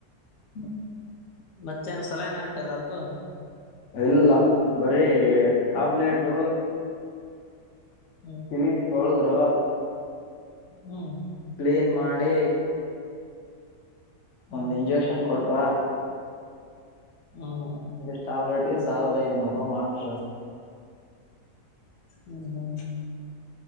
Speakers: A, on the left; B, on the left.
A: <unintelligible>
B: ಮತ್ತೇಏನ್ ಸಲ ಏನ ಆಯ್ತದ್ರ ಅದ್ಕ್ಕೂ
A: ಇಲ್ಲ ಬರೀ ಟ್ಯಾಬ್ಲೆಟು
B: ಹ್ಮ್
A: ಕಿವ ತೊಳದ್್ರ
B: ಹ್ಮ್
A: ಪ್ಲೇನ್ ಮಾಡೆ
B: ಹ್ಮ್
A: ಒಂದ್ ಇಂಜೆಕ್ಷನ್ ಕೊಟ್ರ
B: ಹ್ಮ್ ಹ್ಮ್
A: ಒಷ್ಟು ಟಾಬ್ಲೆಟ್ಗೆ ಸಾವಿರದ ಐನೂರು ರೂಪಾಯಿ ಮಾಡ್ಕ
B: ಹ್ಮ್ ಹ್ಮ್